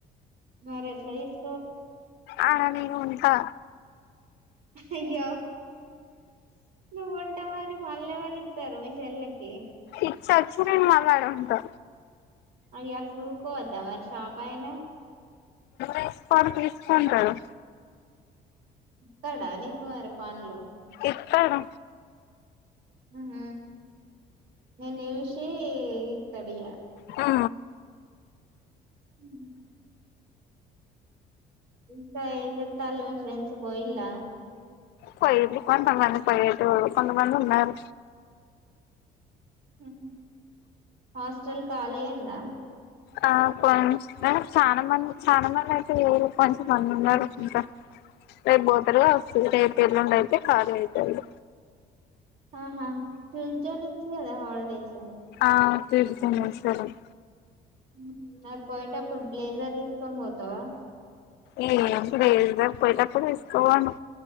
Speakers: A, on the right (about 70°); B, on the left (about 80°).
A: మరి ఎట్లా తిస్
B: ఆడ నేను ఉంటా
A: అయ్యో నువ్వుం ఉంటే పండ్లు ఎవలు ఇత్తరు మీ చెల్లకి
B: ఇచ్చొచ్చి నేను మల్ల ఆడ ఉంటా
A: అయ్యో అట్లుకోవద్ద మరీ షాపు అయినా
B: తీసుకొని తీసుకుంటారు
A: ఇస్తాడా నీకు మరి పండ్లు
B: ఇత్తడు
A: హుమ్ నిన్ను చూసి ఇత్తడిగా
B: ఉ
A: హు ఇంకా ఏం జీతాళ్ళు మీ ఫ్రెండ్స్ పోయిల్ల
B: పొయ్యిళ్ళు కొంతమంది పోయేటోరూ కొంతమంది ఉన్నారు
A: హు హాస్టల్ కాళీ అయిందా
B: ఆ కొంచ ఆ చాలా మంది చాలా మంది అయితే లేరు కొంచెం మంది ఉన్నారు ఇంకా రేపు పోతారు కావచ్చు రేపు ఎల్లుండి అయితే ఖాళీ అయితయి ఈగ.
A: ఆహా ట్యూస్డే నుంచి కదా హాలిడేస్
B: హా తీసుకో మంచిదే కానీ
A: <unintelligible> పోయేటప్పు ఇప్పుడు గ్లేజర్ తీసుకొని పోతావా
B: ఏం ఏప్పుడు పోయటప్పుడు తీసుకపోను